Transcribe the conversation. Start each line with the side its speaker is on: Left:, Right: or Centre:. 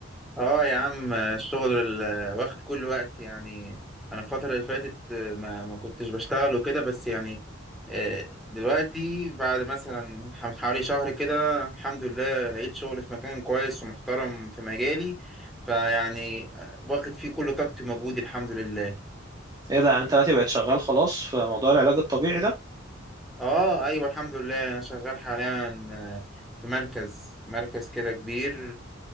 Centre: اه يا عم الشغل ال- واخد كل وقت يعني انا الفتره اللي فاتت آه، ما ما كنتش بشتغل وكده بس يعني آه، دلوقتي بعد مثلا ح- حوالي شهر كده الحمد لله لقيت شغل في مكان كويس ومحترم في مجالي فيعني آه، واخد فيه كل طاقتي ومجهودي الحمد لله
Right: ايه ده يعني انت دلوقتي بقيت شغال خلاص في موضوع العلاج الطبيعي ده
Centre: اه ايوه الحمد لله انا شغال حاليا آه، في مركز مركز كده كبير